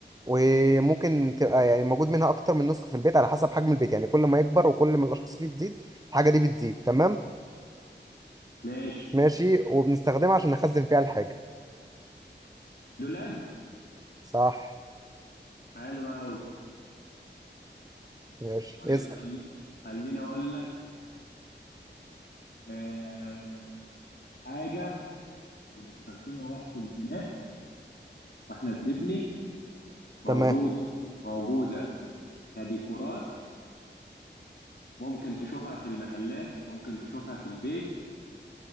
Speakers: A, on the right; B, on the left.
A: وممكن تبقى يعني موجود منها اكتر من نسخه في البيت على حسب حجم البيت يعني كل ما يكبر وكل ما الاشخاص فيه تزيد الحاجه دي بتزيد تمام
B: ماشي
A: ماشي وبنستخدمها عشان نخزن فيها الحاجه
B: دولاب
A: صح
B: حلو قوي
A: ماشي
B: طيب
A: اسال
B: خلي خليني اقول لك آه... حاجة بنستخدمها وقت البناء واحنا بنبني موجودة
A: تمام
B: موجودة كديكورات ممكن تشوفها في المحلات ممكن تشوفها في البيت